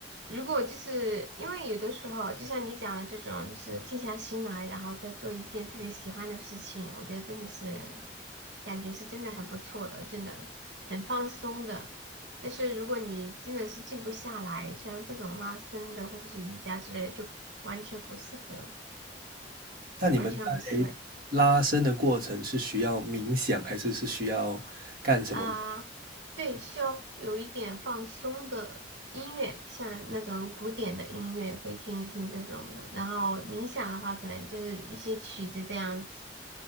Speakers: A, on the right; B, on the right.
A: 如果就是因为有的时候，就像你讲的这种，就是静下心来，然后再做一件自己喜欢的事情，我觉得真的是感觉是真的很不错的，真的很放松的。但是如果你真的是静不下来，像这种拉伸的或者是瑜伽之类的，就完全不适合，
B: 那你们在拉伸的过程是需要冥想，
A: 完全不适合。
B: 还是是需要干什么？
A: 啊，对，需要有一点放松的音乐，像那种古典的音乐会听一听这种的。然后冥想的话，可能就是一些曲子这样子。